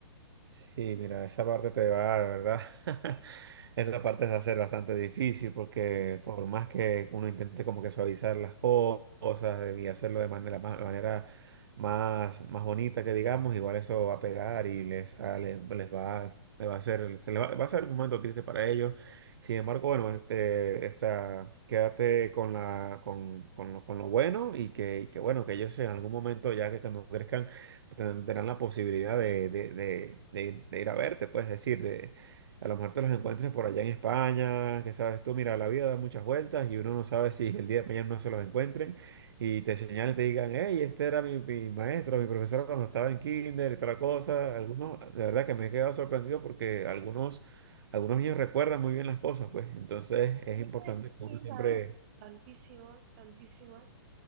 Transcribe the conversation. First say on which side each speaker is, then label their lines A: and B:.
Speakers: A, on the right; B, on the right.
A: Sí, mira, esa parte te va, de verdad. <laughs> Esa parte se hace bastante difícil porque por más que uno intente como que suavizar las co- cosas eh, y hacerlo de manera más, manera más, más bonita que digamos, igual eso va a pegar y les, a- les, les va, les va a hacer, se les va, va a ser un momento triste para ellos. Sin embargo, bueno, este, esta, quédate con la, con, con lo, con lo bueno y que, y que bueno, que ellos en algún momento ya que cuando crezcan ten- tendrán la posibilidad de, de- de- de ir de ir a verte, puedes decir, de, a lo mejor te los encuentres por allá en España, que sabes tú, mira, la vida da muchas vueltas y uno no sabe si el día de mañana no se los encuentren y te señalen, te digan, hey, este era mi, mi maestro, mi profesor cuando estaba en kinder y toda la cosa. Algunos, de verdad que me he quedado sorprendido porque algunos, algunos niños recuerdan muy bien las cosas, pues, entonces es
B: A mí
A: importante
B: me-
A: que
B: sí,
A: uno siempre...
B: va a ver, tantísimos, tantísimos.